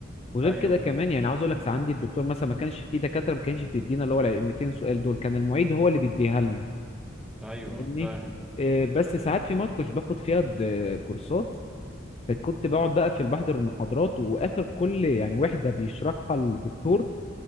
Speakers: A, on the left (about 30°); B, in the centre.
A: وغير
B: ايوه
A: كده كمان يعني عاوز اقول لك عندي الدكتور مثلا ما كانش في دكاترة ما كانش بيدينا اللي هو ال 200 سؤال دول كان المعيد هو اللي بيديها لنا
B: ايوه
A: فاهمني
B: فاهم
A: إيه، بس ساعات في مواد كنتش باخد فيها د- كورسات فكنت بقعد بقى في بحضر المحاضرات واخر كل يعني وحدة بيشرحها الدكتور